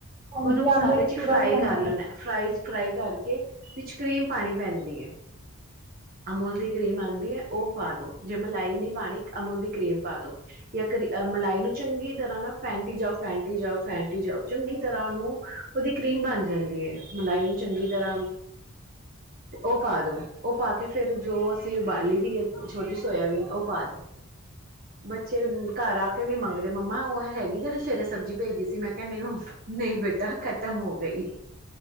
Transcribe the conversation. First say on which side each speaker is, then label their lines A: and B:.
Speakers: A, on the right; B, on the right.
A: ਹਾਂਜੀ
B: ਉਹਨੂੰ ਮਸਾਲੇ
A: ਆਉਂਦਾ
B: ਚ
A: ਚੂਰਾ
B: ਫਰਾਈ
A: ਵੀ
B: ਕਰ
A: ਆਉਂਦਾ
B: ਲੈਣਾ ਫਰਾਈ ਫਰਾਈ ਕਰਕੇ ਵਿੱਚ ਕਰੀਮ ਪਾਉਣੀ ਪੈਂਦੀ ਹੈ ਅਮੋਲ ਦੀ ਕਰੀਮ ਆਉਂਦੀ ਹੈ ਉਹ ਪਾ ਦੋ ਜੇ ਮਲਾਈ ਨਹੀਂ ਪਾਣੀ ਅਮੁਨ ਦੀ ਕਰੀਮ ਪਾ ਦੋ ਜਾਂ ਕਰ ਮਲਾਈ ਨੂੰ ਚੰਗੀ ਤਰ੍ਹਾਂ ਨਾ ਫੈਂਟੀ ਜਾਓ ਫੈਂਟੀ ਜਾਓ ਫੈਂਟੀ ਜਾਓ ਚੰਗੀ ਤਰ੍ਹਾਂ ਉਹਨੂੰ ਉਹਦੀ ਕਰੀਮ ਬਣ ਜਾਂਦੀ ਹੈ ਮਲਾਈ ਨੂੰ ਚੰਗੀ ਤਰ੍ਹਾਂ ਤੇ ਉਹ ਪਾ ਦੋ ਉਹ ਪਾ ਕੇ ਫਿਰ ਜੋ ਅਸੀਂ ਉਬਾਲੀ ਦੀ ਹੈ ਛੋਟੀ ਸੋਇਆਬੀਨ ਉਹ ਪਾ ਦੋ ਬੱਚੇ ਘਰ ਆ ਵੀ ਮੰਗਦੇ ਮੰਮਾ ਉਹ ਹੈਗੀ ਜਿਹੜੀ ਸਵੇਰੇ ਸਬਜ਼ੀ ਭੇਜੀ ਸੀ ਮੈਂ ਕਿਹਾ ਨਹੀਂ ਮੰ ਨਹੀਂ ਬੇਟਾ ਖਤਮ ਹੋ ਗਈ।